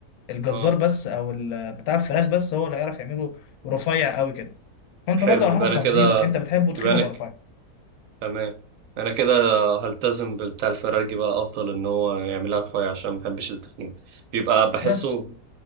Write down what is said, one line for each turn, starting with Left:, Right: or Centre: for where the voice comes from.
Left: الجزار
Right: اه
Left: بس او ال- بتاع الفراخ بس هو اللي هيعرف يعمله رفيع قوي كده فانت
Right: حلو
Left: برضه على
Right: يبقى
Left: حسب
Right: انا
Left: تفضيلك
Right: كده
Left: انت بتحبه تخين
Right: يبقى انا
Left: ولا
Right: ك-
Left: رفيع
Right: تمام انا كده هلتزم بالبتاع الفراخ بقى افضل ان هو يعملها رفيع عشان ما بحبش التخين بيبقى بحسه
Left: بس